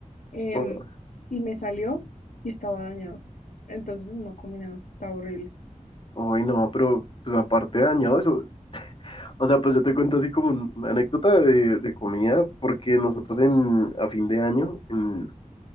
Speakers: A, on the left; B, on the left.
A: Em,
B: Oh,
A: y me salió y estaba dañado. Entonces, pues no comí nada. Está horrible.
B: uy, no, pero pues aparte de dañado eso. O sea, pues yo te cuento así como un- una anécdota de, de comida, porque nosotros en, a fin de año en-